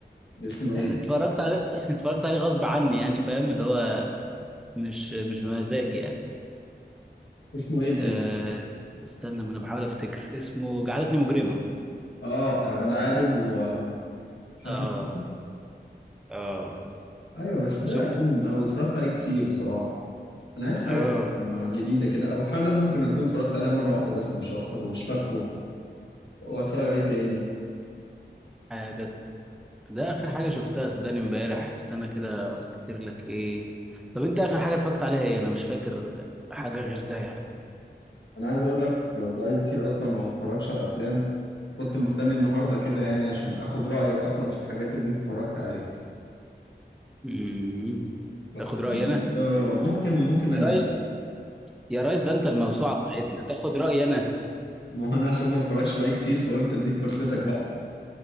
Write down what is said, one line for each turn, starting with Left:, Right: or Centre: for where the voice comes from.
Left: اسمه ايه
Centre: يعني اتفرجت عليه <laughs> اتفرجت عليه غصب عني يعني فاهم اللي هو مش مش بمزاجي يعني
Left: اسمه ايه الفيلم
Centre: أه... استنى ما انا بحاول افتكر اسمه جعلتني مجرمه
Left: اه بتاع غادة عادل وحسن حسني
Centre: اه اه
Left: ايوه بس ده
Centre: شفته
Left: قديم اوي اتفرجت عليه كتير بصراحه انا عايز حاجه
Centre: اه
Left: آه، جديده كده او حاجه ممكن اكون اتفرجت عليها مره واحده بس مش اكتر ومش فاكره واتفرج عليه تاني
Centre: حاجه ده اخر حاجه شفتها صدقني امبارح استنى كده افتكر لك ايه طب انت اخر حاجه اتفرجت عليها ايه انا مش فاكر حاجه غير ده يعني
Left: انا عايز اقول لك آه، بقالي كتير اصلا ما بتفرجش على افلام كنت مستني النهارده كده يعني عشان اخد رايك اصلا في الحاجات اللي انت اتفرجت عليها
Centre: امم
Left: بس
Centre: تاخد رايي
Left: في
Centre: انا
Left: آه، ممكن ممكن انا
Centre: يا ريس يا ريس ده انت الموسوعه بتاعتنا تاخد رايي انا
Left: ما هو انا عشان ما بتفرجش بقى كتير فقلت اديك فرصتك بقى